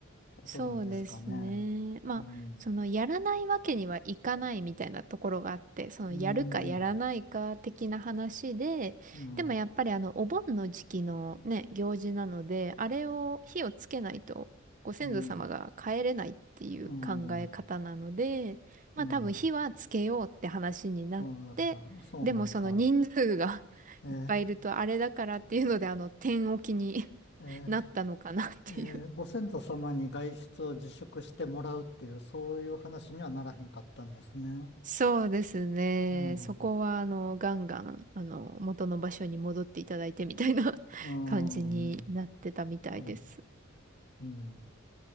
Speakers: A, on the left; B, on the right.
A: ことなんですかね。
B: そうですね。まあ、
A: うん、
B: そのやらないわけにはいかないみたいなところがあって、そのやるかやらないか的な話で、
A: うん、うん、
B: でもやっぱりあのお盆の時期のね、
A: うん、
B: 行事なので、あれを火をつけないとご先祖様が帰れないっていう考え方なので、
A: うん、うん、
B: まあ多分火はつけようって話になって、
A: うんそうだった。そうなんですか。
B: でもその人数が <laughs>
A: えー
B: いっぱいいるとあれだからっていうので、あの、天置きに
A: えー
B: <laughs> なったのかなっていう
A: えーご先祖様に外出を自粛してもらうっていう、そういう話にはならへんかったんですね。
B: そうですね。
A: う
B: そこは、
A: ん。
B: あの、ガンガン、あの、元の場所に戻っていただいてみたいな <laughs>
A: うん。
B: 感じになってたみたいです。
A: なら、うん。